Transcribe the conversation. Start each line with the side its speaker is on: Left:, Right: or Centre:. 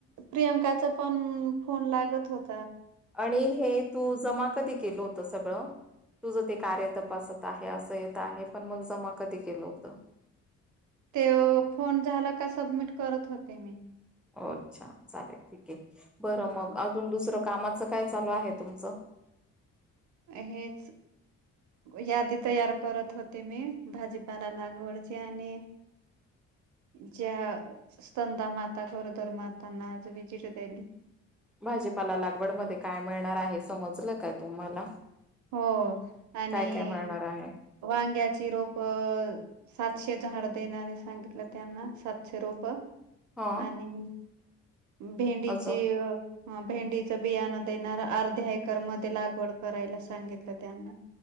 Right: प्रियंकाचा पण फोन लागत होत
Centre: आणि हे तू जमा कधी केलं होत सगळं तुझं ते कार्य तपासत आहे असं येत आहे पण मग जमा कधी केलं होत.
Right: ते फोन झाला का सबमिट करत होते मी
Centre: अच्छा चालेल ठीके बरं
Right: हा
Centre: मग अजून दुसरं कामात काय चालू आहे तुमचं.
Right: हेच. यादी तयार करत होती मी भाजीपाला लागवडची आणि ज्या स्कंदा माता गरोदर मातांना आज विजिट देली.
Centre: भाजीपाला लागवड मध्ये काय मिळणार आहे समजलं काय तुम्हाला
Right: हो आणि
Centre: काय काय मिळणार आहे
Right: वांग्या ची रोप सातशे झाड देणारे सांगितल त्यांना सातशे रोप आणि
Centre: हा
Right: भेंडीची
Centre: अजून
Right: अ ह भेंडीचं बियाणं देणार अर्ध्या एकर मध्ये लागवड करायला सांगितलं त्यांना